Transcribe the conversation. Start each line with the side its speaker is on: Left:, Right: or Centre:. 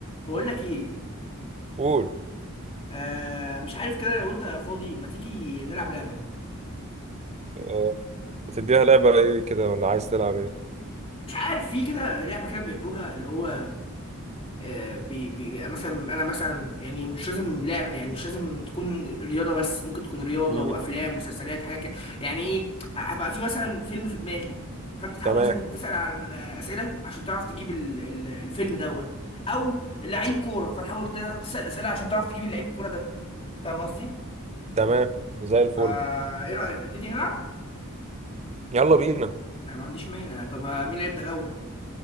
Left: بقول لك ايه
Right: قول
Left: آه مش عارف كده لو انت فاضي ما تيجي نلعب لعبه
Right: آه، هتديها لعبة ايه كده ولا عايز تلعب ايه
Left: مش عارف في كده لعبه كده بيعملوها اللي هو آه بي بي بي- مثلا انا مثلا يعني مش لازم لعب يعني مش لازم تكون رياضه بس ممكن تكون رياضه
Right: مم.
Left: وافلام مسلسلات حاجه كده يعني ايه هبقى في مثلا فيلم في دماغي فانت تحاول
Right: تمام
Left: مثلا تسال عن آه، اسئله عشان تعرف تجيب ال- ال- الفيلم دوت او لعيب كوره فتحاول تعرف تسال اسئله عشان تعرف تجيب اللعيب الكوره ده فاهم قصدي
Right: تمام زي الفل
Left: فايه رايك نبتدي نلعب
Right: يلا بينا
Left: انا ما عنديش مانع طب مين هيبدا الاول